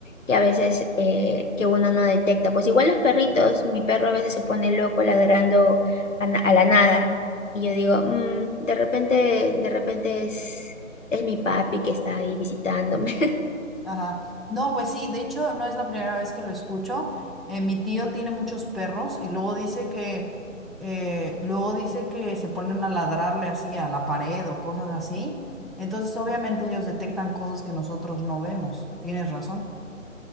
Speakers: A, on the left; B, in the centre.
A: que a veces eh, que uno no detecta. Pues igual los perritos, mi perro a veces se pone loco ladrando a, na- a la nada y yo digo, "Mm, de repente, de repente es, es mi papi que está ahí visitándome.
B: Ajá. No, pues sí, de hecho no es la primera vez que lo escucho. Eh, mi tío tiene muchos perros y luego dice que eh, luego dice que se ponen a ladrarle así a la pared o cosas así. Entonces, obviamente ellos detectan cosas que nosotros no vemos. Tienes razón.